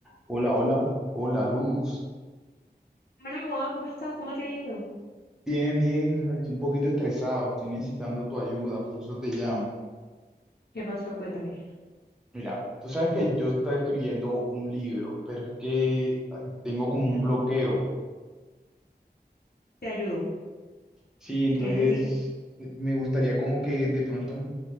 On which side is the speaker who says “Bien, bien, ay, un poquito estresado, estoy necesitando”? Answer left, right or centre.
Centre